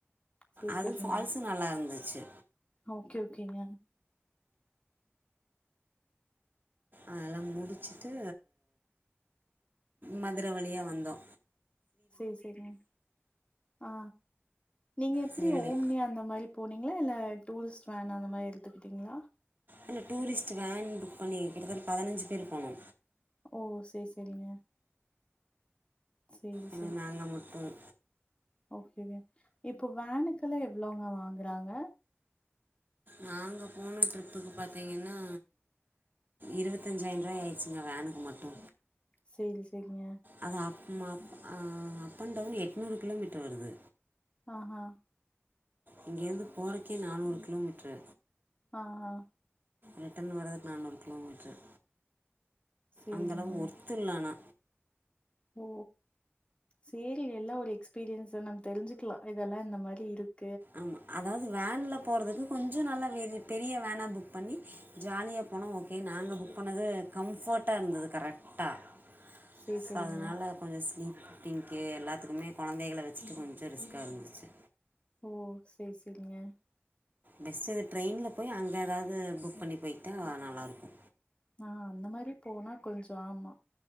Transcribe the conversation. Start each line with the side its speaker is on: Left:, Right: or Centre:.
Left: சேரி
Right: அது
Left: சேரிங்க
Right: ஃபால்ஸ் நல்லா இருந்துச்சு
Left: ஓகே ஓகேங்க
Right: அதெல்லா முடிச்சிட்டு மதுர வழியா வந்தோ
Left: சேர் செரிங்க ஆ நீங்க எப்டி
Right: ஸ்ரீவில்லி
Left: ஓம்னியா அந்த மாரி போனீங்ளா இல்ல டூரிஸ்ட் வேன் அந்த மாரி எடுத்துக்கிட்டிங்ளா
Right: இல்ல டூரிஸ்ட் வேன் புக் பண்ணி கிட்டத்தட்ட பதினஞ்சு பேர் போனோ
Left: ஓ சேர் செரிங்க சேரி
Right: ஆனால்
Left: சேரி
Right: நாங்கள் மட்டும்
Left: ஓகே இப்போ வேனுக்கெல்லா எவ்ளோங்க வாங்குறாங்க
Right: நாங்க போன ட்ரிப்புக்கு பாத்தீங்கன்னா இருவத்தஞ்சாயின்ருவா ஆயிச்சிங்க வேனுக்கு மட்டு
Left: சேரி செரிங்க
Right: அது அப் மப் ஆ அப் அண்ட் டவுன் எட்நூறு கிலோமீட்டர் வருது
Left: ஆஹ
Right: இங்கேர்ந்து போரக்கே நானூறு கிலோமீட்ரு
Left: ஆஹா
Right: ரிட்டர்ன் வரதுக்கு நானூறு கிலோமீட்டரு
Left: சேரிங்க
Right: அந்தளவு ஒர்த்துல்ல ஆனா
Left: ஓ சேரி எல்லா ஒரு எக்ஸ்பீரியன்ஸ் நம்ம தெரிஞ்சுக்கலா இதெல்லா இந்த மாரி இருக்
Right: ஆமா அதாவது வேன்ல போறதுக்கு கொஞ்ச நல்லா வே பெரிய வேனா புக் பண்ணி ஜாலியா போனோ ஓகே நாங்க புக் பண்ணது கம்ஃபர்ட்டா இருந்தது கரெட்டா
Left: சேரி
Right: சோ
Left: சேரிங்க
Right: அதனால கொஞ்ச ஸ்லீப்பிங்க்கு எல்லாத்துக்குமே கொழந்தகள வச்சுட்டு கொஞ்ச ரிஸ்க்கா இருந்துச்சு
Left: ஓ சேர் செரிங்க
Right: பெஸ்ட்டு இது ட்ரெயின்ல போய் அங்க எதாவது புக் பண்ணி போயிக்ட்டா நல்லாருக்கு
Left: ஆ அந்த மாரி போனா கொஞ்சோ ஆமா